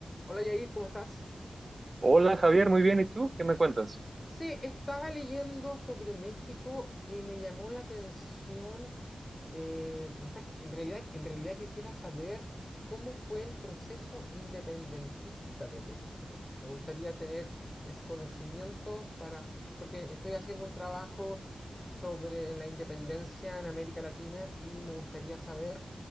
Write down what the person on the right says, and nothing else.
Hola Javier, muy bien. ¿Y tú? ¿Qué me cuentas?